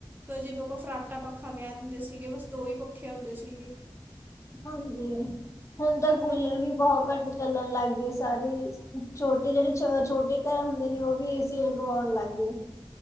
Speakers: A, on the right (about 20°); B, on the left (about 30°).
A: ਫਿਰ ਜਿਹਨੂੰ ਆਪਾਂ ਫਰਾਟਾ ਪੱਖਾ ਕਹਿ ਦਿੰਦੇ ਸੀਗੇ, ਬਸ ਦੋ ਹੀ ਪੱਖੇ ਹੁੰਦੇ ਸੀਗੇ।
B: ਹਾਂਜੀ। ਹੁਣ ਤਾਂ ਕੂਲਰ
A: ਮ
B: ਵੀ ਬਹੁਤ ਘੱਟ ਚੱਲਣ ਲੱਗ ਗੀਏ ਸਾਰੀ। ਛੋਟੇ ਜਿੜੇ ਛੋਟੇ ਘਰ ਹੁੰਦੇ ਨੇ ਓਹ ਵੀ ਏ ਸੀ ਲਗਵੋਣ ਲੱਗ ਗੇ।